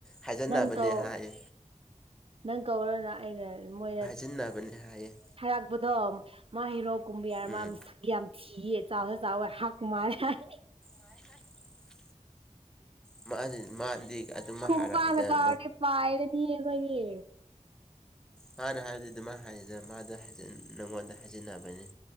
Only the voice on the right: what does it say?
ꯅꯪ ꯀꯧ
ꯅꯪ ꯀꯧꯔ ꯂꯥꯛꯑꯦꯅꯦ ꯃꯣꯏꯅ
ꯍꯥꯏꯔꯥꯛꯄꯗꯣ ꯃꯥ ꯍꯩꯔꯣꯛ ꯀꯨꯝꯕꯤꯌꯥꯔ
ꯃꯥ ꯌꯥꯝ ꯊꯤꯌꯦ ꯆꯥꯎꯁꯨ ꯆꯥꯎꯋꯦ ꯍꯥꯛ ꯃꯥꯂꯦ ꯍꯥꯏꯌꯦ
ꯈꯣꯡꯄꯛꯅ
ꯀꯥꯎꯔꯗꯤ ꯄꯥꯏꯔꯅꯤ ꯊꯤꯕꯒꯤ